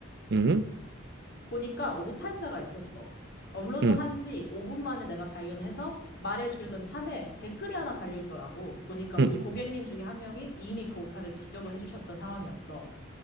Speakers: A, on the right; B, on the left.
A: 응?
B: 보니까 오탈자가 있었어. 업로드한
A: 응.
B: 지 5분 만에 내가 발견해서 말해주려던 참에 댓글이 하나 달려있더라고. 보니까 우리
A: 응.
B: 고객님
A: 응.
B: 중에 한 명이 이미 그 오타를 지적을 해주셨던 상황이었어.